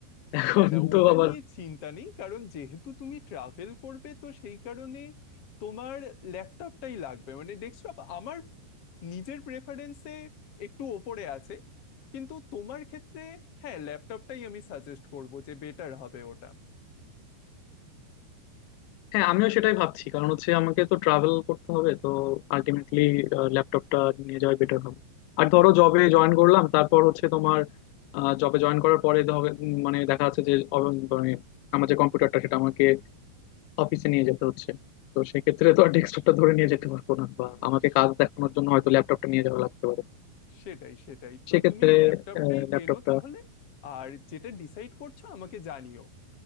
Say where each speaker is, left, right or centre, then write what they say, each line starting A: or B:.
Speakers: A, on the left; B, on the left.
A: এখন
B: না না
A: তো
B: ওটা
A: আবার
B: নিয়ে চিন্তা নেই কারণ যেহেতু তুমি ট্রাভেল করবে তো সেই কারণে তোমার ল্যাপটপটাই লাগবে মানে ডেস্কটপ আমার নিজের প্রেফারেন্সে একটু ওপরে আছে কিন্তু তোমার ক্ষেত্রে হ্যাঁ ল্যাপটপটাই আমি সাজেস্ট করব যে বেটার হবে ওটা
A: হ্যাঁ আমিও সেটাই ভাবছি কারণ হচ্ছে আমাকে তো ট্রাভেল করতে হবে তো আলটিমেটলি ল্যাপটপটা নিয়ে যাওয়াই বেটার হবে আর
B: হুম
A: ধরো জবে জয়েন করলাম তারপর হচ্ছে তোমার জবে জয়েন করার পরে ধর উম, মানে দেখা যাচ্ছে যে অব- মানে আমার যে কম্পিউটারটা সেটা আমাকে অফিসে নিয়ে যেতে হচ্ছে তো সেক্ষেত্রে তো আর ডেস্কটপটা ধরে নিয়ে যেতে পারবো না বা আমাকে
B: স-
A: কাজ দেখানোর জন্য হয়তো ল্যাপটপটা নিয়ে যাওয়া লাগতে পারে
B: সেটাই সেটাই তো
A: সেক্ষেত্রে
B: তুমি ল্যাপটপটাই
A: ল্যাপটপটা
B: কেনো তাহলে আর যেটা ডিসাইড করছো আমাকে জানিও